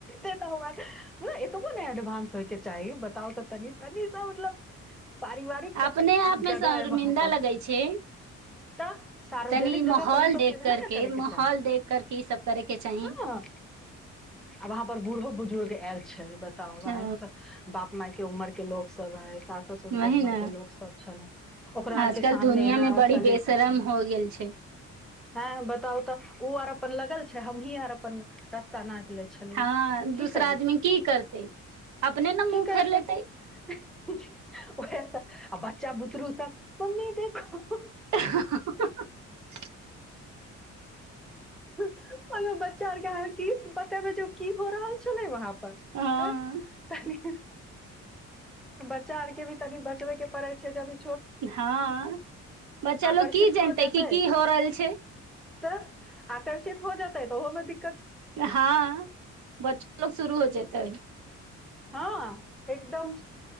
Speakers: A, in the centre; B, on the right (about 70°).
A: एना बात नै एतबो नै एडवानंस होय के चाही बताउ तऽ तनि तनी त मतलब <inaudible> पारिवारिक
B: अपने आप मे
A: जगह
B: शर्मिंदा
A: हय वहाँ पर
B: लगै छै
A: तऽ सार्वजनिक
B: तनी
A: जगह
B: माहौल
A: पर ई सब
B: देख
A: चीज नै
B: करके
A: ने करेके
B: माहौल
A: चाही
B: देख करके ई सब करे के चाही
A: हां अ वहाँ पर बूढ़ो बुज पुरे ऐल छै बत त वहे
B: ओ
A: से बाप माय के उम्र के लोक। सब हय सास ससुर
B: वही
A: के उमर
B: ने
A: के लोक सब छलै ओकरा आर
B: आजकल
A: के सामने
B: दुनिया
A: एना
B: मे
A: असलिलता
B: बड़ी बेशरम हो गेल छै
A: हें बताउ तऽ उ आर अपन लगल छै हमहीं आर अपन रस्ता नैप लै छलियै।
B: हँ
A: की
B: दूसरा
A: करिए,
B: आदमी की करतै अपने ने
A: की
B: मुँह
A: करतै
B: फेर लेतै
A: उहे सब अ बच्चा बुतरु सब मम्मी देखो -
B: <unintelligible>
A: मगर बच्चा आर के अहां की स बतेबै जे उ की हो रहल‌ छलै वहाँ पर
B: हँ
A: अ तनी बच्चा आर के भी तनी बचबे के पड़े छै जब इ
B: हँ बच्चा
A: आकर्षित
B: लोको की जनतै
A: हो जेतै
B: क की हो रहल छै।
A: तऽ आकर्षित हो जाताैऽ ओहो मे दिक्क
B: हँ बच लोग शुरू हो जेतै।
A: हँ एकदम